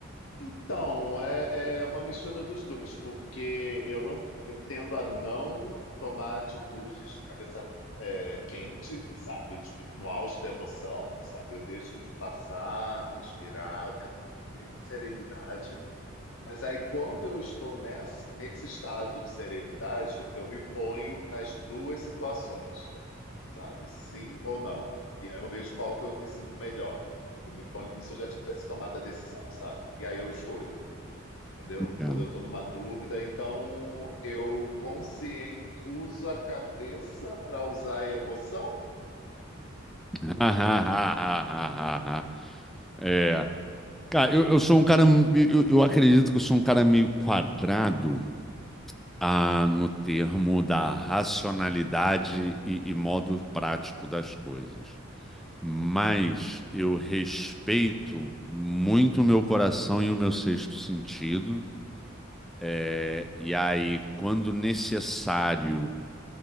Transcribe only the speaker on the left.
Então, é, é uma mistura dos dois, porque eu não, eu tendo a não tomar atitudes de cabeça é, quente, sabe? Tipo, no auge da emoção, sabe? Eu deixo passar, respirar, eu tento ter uma serenidade. Mas aí, quando eu estou nessa, nesse estado de serenidade, eu me ponho nas duas situações. sabe? Sim ou não. E aí eu vejo qual que eu me sinto melhor. Eu me ponho como se eu já tivesse tomado a decisão, sabe? E aí eu escolho, entendeu?
Quando eu estou numa dúvida, então eu consciente uso a cabeça para usar a emoção?